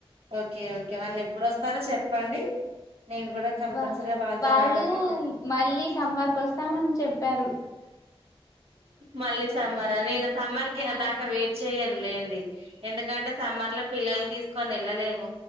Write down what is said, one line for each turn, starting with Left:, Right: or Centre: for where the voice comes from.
Right: ఓకే ఓకే వాళ్ళు ఎప్పుడు వస్తారో చెప్పండి నేను కూడా కంపల్సరరిగా
Left: వా
Right: వాళ్ళతో
Left: వాళ్ళు
Right: రాడానికి ట్రై
Left: మళ్ళీ సమ్మర్కి వస్తామని చెప్పారు
Right: మళ్ళీ సమ్మరా నేను సమ్మర్ కె
Left: ఆ
Right: దాక
Left: ఇప్పుడు
Right: వెయిట్ చెయన్ లేండి ఎందుకంటే సమ్మర్ లో పిల్లలు తీసుకోనీ వెళ్ళలేము